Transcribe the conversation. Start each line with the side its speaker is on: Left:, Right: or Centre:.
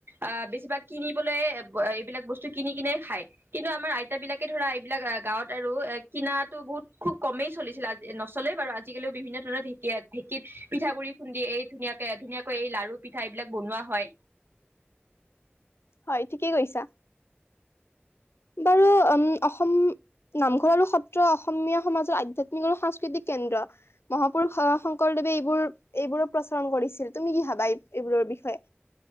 Right: আহ বেছিভাগ কিনিবলে এইবিলাক বস্তু কিনি কিনে খাই, কিন্তু আমাৰ আইতা বিলাকে ধৰা এইবিলাক গাঁৱত আৰু কিনাটো বহুত খুব কমেই চলিছিল, আজি নচলেই বাৰু আজিকালি, বিভিন্ন ধৰণৰ ঢেঁকীত পিঠা-গুৰি খুন্দি, এই ধুনীয়াকে- ধুনীয়াকৈ এই লাৰু-পিঠা এইবিলাক বনোৱা হয়।
Left: হয় ঠিকেই কৈছা। বাৰু, উম, অসম নামঘৰ আৰু সত্ৰ অসমীয়া সমাজৰ আধ্যাত্মিক আৰু সাংস্কৃতিক কেন্দ্ৰ, মহাপুৰুষ শংকৰদেৱে এইবোৰ-এইবোৰৰ প্ৰচাৰণ কৰিছিল, তুমি কি ভাবা এইবোৰৰ বিষয়ে?